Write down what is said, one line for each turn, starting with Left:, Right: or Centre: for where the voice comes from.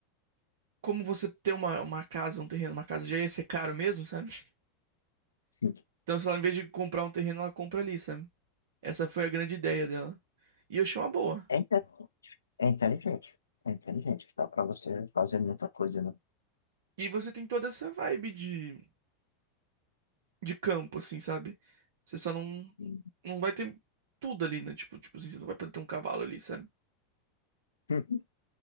Right: como você ter uma, uma casa, um terreno, uma casa já ia ser caro mesmo, sabe? <laughs>
Left: Sim.
Right: Então, se ela, em vez de comprar um terreno, ela compra ali, sabe? Essa foi a grande ideia dela. E eu achei uma boa.
Left: É, inte- é inteligente. É inteligente. Dá pra você fazer muita coisa, né?
Right: E você tem toda essa vibe de de campo, assim, sabe? Você só não,
Left: E-
Right: não vai ter tudo ali, né? Tipo, tipo assim, você não vai poder ter um cavalo ali, sabe?
Left: <laughs>